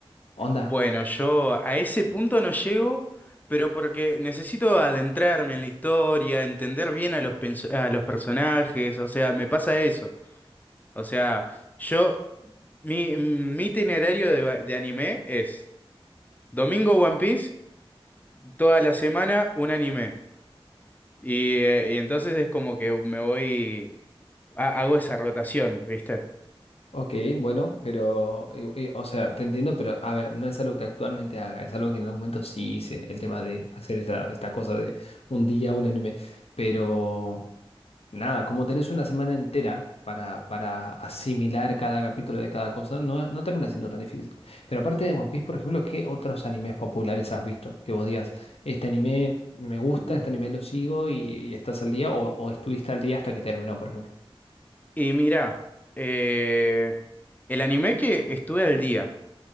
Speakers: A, on the left; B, on the left.
A: Onda.
B: Bueno, yo a ese punto no llego, pero porque necesito adentrarme en la historia, entender bien a los, penso- a los personajes, o sea, me pasa eso. O sea, yo, mi, mi itinerario de, va- de anime es domingo One Piece, toda la semana un anime. Y, eh, y entonces es como que me voy, ha- hago esa rotación, ¿viste?
A: Ok, bueno, pero, y- y- o sea, te entiendo, pero a ver, no es algo que actualmente haga, es algo que en algún momento sí hice, el tema de hacer esta, esta cosa de un día, un anime, pero... Nada, como tenés una semana entera para, para asimilar cada capítulo de cada cosa, no, no termina siendo tan difícil. Pero aparte de One Piece, por ejemplo, ¿qué otros animes populares has visto? Que vos digas, este anime me gusta,
B: Mm.
A: este anime lo sigo y, y estás al día, o, o estuviste al día hasta que terminó, por ejemplo.
B: Y mira, eh, el anime que estuve al día.